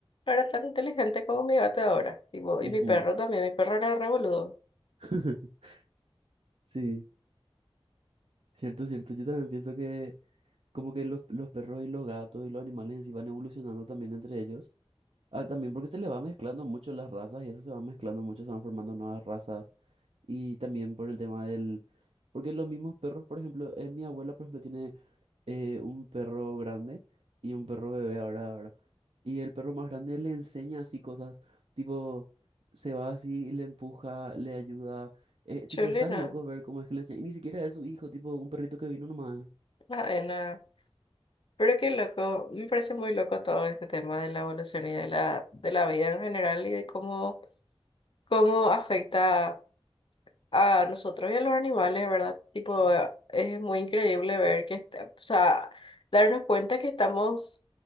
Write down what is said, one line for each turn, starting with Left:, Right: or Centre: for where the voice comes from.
Left: no era tan inteligente como mi gato de ahora, tipo,
Right: Ujú.
Left: y mi perro también, mi perro era re boludo,
Right: <laughs> Sí, cierto, cierto. Yo también pienso que como que los, los perros y los gatos y los animales en sí van evolucionando también entre ellos. Ah, también porque se les va mezclando mucho las razas y eso se va mezclando mucho, se van formando nuevas razas. Y también por el tema del... Porque los mismos perros, por ejemplo, eh, mi abuela, por ejemplo, tiene eh, un perro grande y un perro bebé ahora, ahora. Y el perro más grande le enseña así cosas, tipo, se va así, y le empuja, le ayuda. Eh, tipo,
Left: chulina,
Right: estás loco ver cómo es que le enseña. Y ni siquiera es su hijo, tipo, un perrito que vino nomás.
Left: nada. Pero qué loco, me parece muy loco todo este tema de la evolución y de la, de la vida en general y de cómo, cómo afecta a nosotros y a los animales, ¿verdad? Tipo, eh, es muy increíble ver que, est- o sea, darnos cuenta que estamos